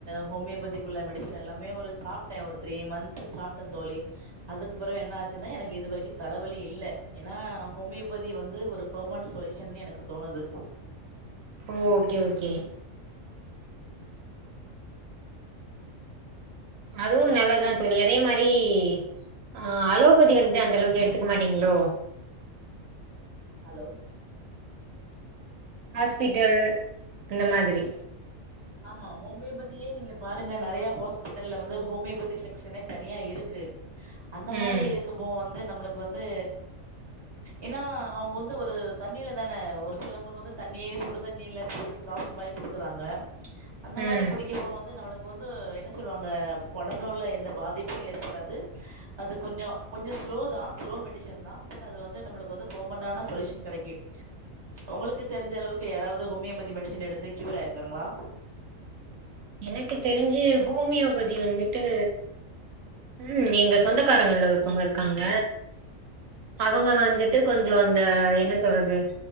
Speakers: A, on the right; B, on the right.
A: ஹோமியோபதி உள்ள மெடிஷன் எல்லாமே ஒரு சாப்ட்டே ஒரு த்ரீ மந்த் சாப்ட்டே தோழி அதுக்குப்பற என்ன ஆச்சுன்னா எனக்கு இது வரைக்கொ தலைவலி இல்ல ஏன்னா ஹோமியோபதி வந்து ஒரு பெர்மன்ட் சொலுயூஷன்னு எனக்கு தோனுது
B: ஓ ஓகே ஓகே அதுவு நல்லதுதா தோழி அதே மாரி ஆ அலோபதி வந்து அந்தளவுக்கு எடுத்துக்க மாட்டீங்களோ
A: ஹலோ
B: ஹாஸ்பிட்டல் அந்த மாதிரி
A: ஆமா ஹோமியோபதியே நீங்க பாருங்க நெறைய ஹாஸ்பிட்டல்ல வந்து ஹோமியோபதி செக்க்ஷனே தனியா இருக்கு அந்த மாரி
B: ம்
A: இருக்கப்போ வந்து நம்ளுக்கு வந்து ஏன்னா அவங்க வந்து ஒரு தண்ணில தானே ஒரு சிலவங்களுக்கு வந்து தண்ணி சுடு தண்ணில போட்டு ட்ராப்ஸ் மாரி குடுக்குறாங்க அந்த
B: ம்
A: மாரி குடிக்கப்போ வந்து நம்ளுக் இப்ப வந்து என்ன சொல்லுவாங்க ஒடம்புல உள்ள எந்த பாதிப்பு ஏற்படாது அது கொஞ்ச கொஞ்ச ஸ்லோதா ஸ்லோ மெடிஷன்தா பட் அது வந்து நம்ளுக்கு வந்து பர்மென்டான சொல்யூஷன் கெடைக்கு ஒங்களுக்கு தெரிஞ்ச அளவுக்கு யாராவது ஹோமியோபதி மெடிசன் எடுத்து க்யூர் ஆயிருக்காங்ளா
B: எனக்கு தெரிஞ்சு ஹோமியோபதி வந்துட்டு ம் எங்க சொந்தக்காரங்கல்ல ஒருத்தவங்க இருக்காங்க அவங்க வந்துட்டு கொஞ்ச அந்த என்ன சொல்றது